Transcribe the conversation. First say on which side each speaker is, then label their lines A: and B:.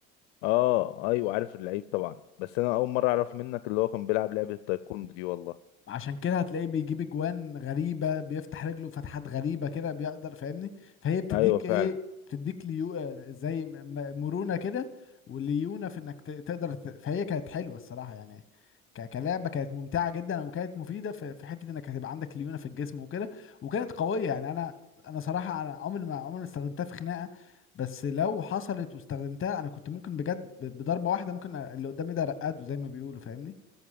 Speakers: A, on the left; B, on the left.
A: اه ايوه عارف اللعيب طبعا بس انا اول مرة اعرف منك اللي هو كان بيلعب لعبة التايكوندو دي والله
B: عشان كده هتلاقيه بيجيب اجوان غريبه بيفتح رجله فتحات غريبه كده بيقدر فاهمني فهي بتديك
A: ايوه فعلا
B: ايه بتديك ليو آه، زي م- م- مرونه كده وليونه في انك ت- تقدر ت... فهي كانت حلوه الصراحه يعني ك... كلعبه كانت ممتعه جدا وكانت مفيده في... في حته انك هتبقى عندك ليونه في الجسم وكده وكانت قويه يعني انا انا صراحه انا عمري ما عمري ما استخدمتها في خناقه بس لو حصلت واستخدمتها انا كنت ممكن بجد ب- بضربه واحده ممكن اللي قدامي ده رقاده زي ما بيقولوا فاهمني